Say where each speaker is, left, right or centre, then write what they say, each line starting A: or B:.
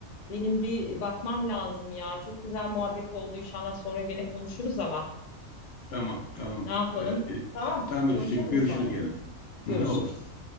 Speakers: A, on the left; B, on the left.
A: Benim bir bakmam lazım ya. Çok güzel muhabbet oldu. İnşallah sonra gene konuşuruz ama
B: Tamam, tamam.
A: ne yapalım?
B: Ee,
A: Tamam,
B: tamam
A: konuşalım
B: Elifciğim, görüşürüz
A: sonra.
B: gene. <laughs>
A: Görüşürüz.
B: Olur.